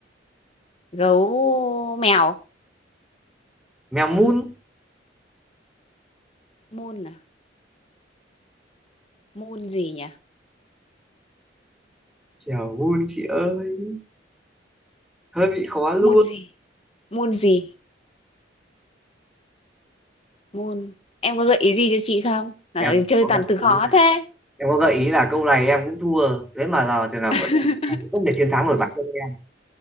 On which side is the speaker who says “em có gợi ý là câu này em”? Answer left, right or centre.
Centre